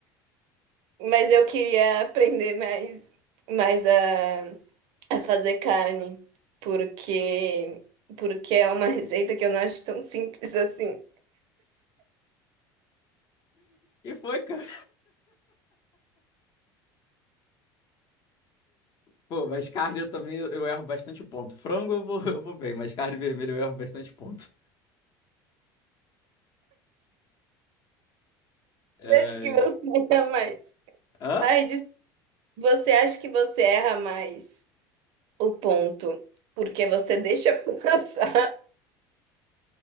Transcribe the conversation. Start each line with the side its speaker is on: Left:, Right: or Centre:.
Right: Mas eu queria aprender mais, mais a, a fazer carne, porque porque é uma receita que eu não acho tão simples assim.
Left: E foi, cara. Pô, mas carne eu também eu, eu erro bastante ponto. Frango eu vou, <laughs> eu vou bem, mas carne vermelha eu erro bastante ponto. <laughs> É...
Right: Acho que você <laughs> erra mais.
Left: Hã?
Right: Ai, des- você acha que você erra mais o ponto porque você deixa <laughs> passar?